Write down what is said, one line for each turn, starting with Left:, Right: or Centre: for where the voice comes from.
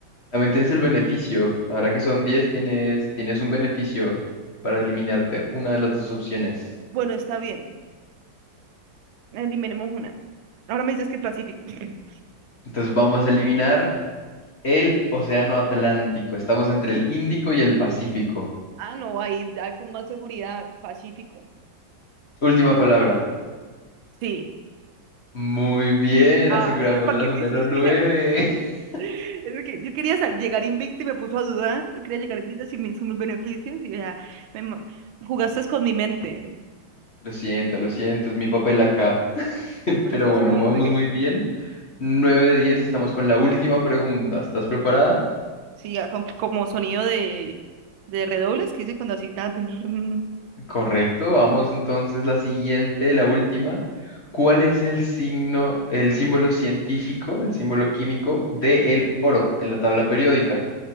Left: También tienes el beneficio. Ahora que son 10, tienes, tienes un beneficio para eliminarte una de las dos opciones.
Right: Bueno, está bien, eliminemos una. Ahora me dices que Pacífico. <laughs>
Left: Entonces vamos a eliminar el Océano Atlántico. Estamos entre el Índico y el Pacífico.
Right: Ah, no, ahí hay con más seguridad, Pacífico.
Left: Última palabra.
Right: Sí.
Left: Muy bien,
Right: Ah,
Left: aseguramos
Right: entonces, ¿para
Left: la
Right: qué
Left: número
Right: me hiciste?
Left: 9. <laughs>
Right: Es que yo quería sal- llegar invicta y me puso a dudar. Yo quería llegar invicta sin, mi- sin mis beneficios y ya me ma- jugaste con mi mente.
Left: Lo siento, lo siento, es mi papel acá. <laughs>
Right: No, Pero
Left: Pero
Right: estás
Left: bueno,
Right: como
Left: vamos
Right: muy bien.
Left: muy
Right: literal.
Left: bien. 9 de 10, estamos con la última pregunta. ¿Estás preparada?
Right: Sí, ya com- como sonido de, de redobles que hice cuando así. tan, tin, rin.
Left: Correcto, vamos entonces la siguiente, la última. ¿Cuál es el signo, el símbolo científico, el símbolo químico del oro en la tabla periódica?